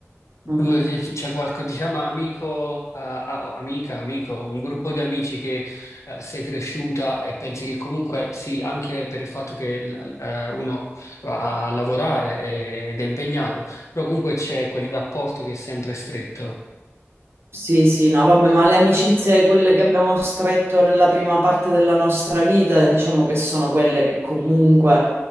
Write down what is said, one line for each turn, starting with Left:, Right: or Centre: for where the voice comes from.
Right: Mhm.
Left: Tu, eh, c- C'è qualche, diciamo, amico, eh, a- amica, amico, un gruppo di amici che eh, sei cresciuta e pensi che comunque sì, anche per il fatto che l- eh, uno va a lavorare e- ed è impegnato, però comunque c'è quel rapporto che è sempre stretto.
Right: Sì, sì, no, vabbè, ma le amicizie, quelle che abbiamo stretto nella prima parte della nostra vita, diciamo che sono quelle che comunque